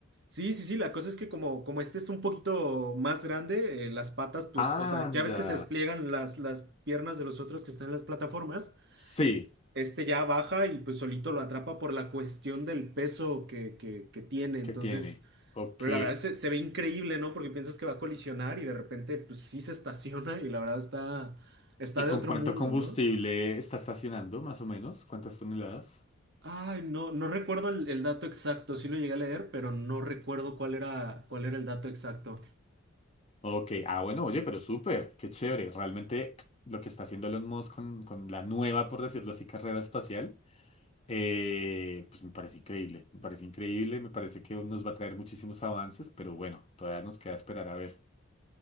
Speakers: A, on the right; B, on the left.
A: Sí, sí, sí. La cosa es que como, como este es un poquito más grande, eh, las patas, pues,
B: Anda.
A: o sea, ya ves que se despliegan las, las piernas de los otros que están en las plataformas.
B: Sí.
A: Este ya baja y pues solito lo atrapa por la cuestión del peso que, que que tiene. Entonces.
B: que tiene. Ok.
A: Pero la verdad se, se ve increíble, ¿no? Porque piensas que va a colisionar y de repente, pues sí se estaciona y la verdad está, está
B: ¿Y
A: de
B: con
A: otro
B: cuánto
A: mundo,
B: combustible
A: ¿no?
B: está estacionando, más o menos? ¿Cuántas toneladas?
A: Ay, no, no recuerdo el, el dato exacto, sí lo llegué a leer, pero no recuerdo cuál era, cuál era el dato exacto.
B: Ok. Ah, bueno, oye, pero súper. Qué chévere. Realmente lo que está haciendo Elon Musk con, con la nueva, por decirlo así, carrera espacial, eh, pues me parece increíble. Me parece increíble. Me parece que nos va a traer muchísimos avances, pero bueno, todavía nos queda esperar a ver.